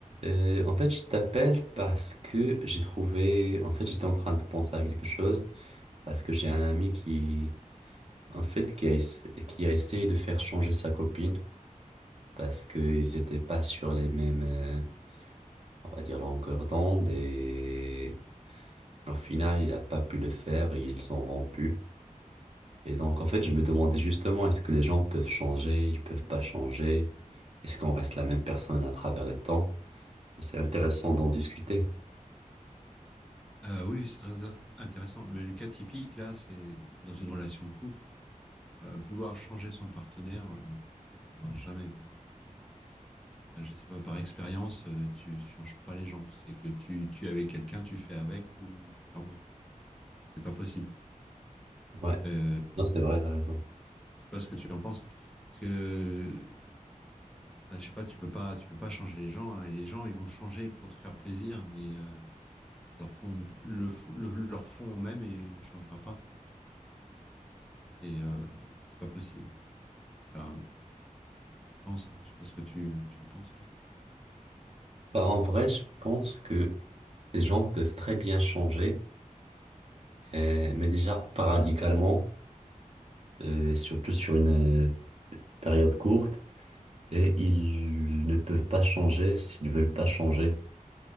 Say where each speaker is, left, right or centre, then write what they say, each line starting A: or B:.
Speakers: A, on the right; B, in the centre.
A: Euh, en fait, je t'appelle parce que j'ai trouvé, en fait, j'étais en train de penser à quelque chose, parce que j'ai un ami qui, en fait, qui a, essa- qui a essayé de faire changer sa copine, parce qu'ils n'étaient pas sur les mêmes, euh, on va dire, longueurs d'onde, et au final, il a pas pu le faire, et ils ont rompu. Et donc, en fait, je me demandais justement, est-ce que les gens peuvent changer, ils peuvent pas changer? Est-ce qu'on reste la même personne à travers le temps? C'est intéressant d'en discuter.
B: Euh, oui, oui, c'est très int- intéressant. Mais le cas typique, là, c'est dans une relation de couple, euh, vouloir changer son partenaire, euh, ça marche jamais, quoi. Euh, je sais pas, par expérience, euh, tu changes pas les gens. C'est que tu, tu es avec quelqu'un, tu fais avec ou tu t'en vas. C'est pas possible.
A: Ouais,
B: Euh, je sais
A: non, c'est vrai, t'as raison.
B: pas ce que tu en penses. Parce que, euh, bah, je sais pas, tu peux pas, tu peux pas changer les gens. hein. et les gens, ils vont changer pour te faire plaisir, mais euh, leur fond, le, fo- le- leur fond même, il ne changera pas. C'est euh, c'est pas possible. Enfin, Je, je pense, hein. je ne sais pas ce que tu, tu en penses, toi.
A: Bah, en vrai, je pense que les gens peuvent très bien changer, euh, mais déjà pas radicalement, euh, surtout sur une euh, période courte, et ils ne peuvent pas changer s'ils veulent pas changer.